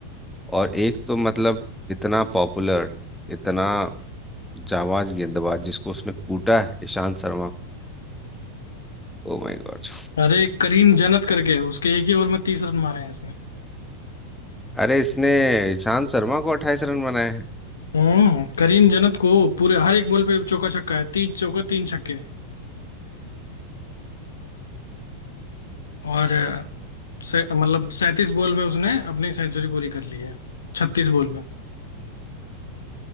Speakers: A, in the centre; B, on the left.
A: और एक तो मतलब इतना पॉपुलर इतना जाबाज गेंदबाज जिसको उसने कूटा है Ishant Sharma Oh my god
B: अरे एक करीम जन्नत करके है, उसके एक ही ओवर में तीस रन मारे हैं
A: अरे इसने ईशांत शर्मा को अट्ठाईस रन बनाए हैं
B: हम्म करीम जन्नत को पूरे हर एक बॉल पे चौका छक्का है तीन चौका तीन छक्के और अ, से, मतलब सैंतीस बॉल में उसने अपनी सेंचुरी पूरी कर ली है छत्तीस बॉल में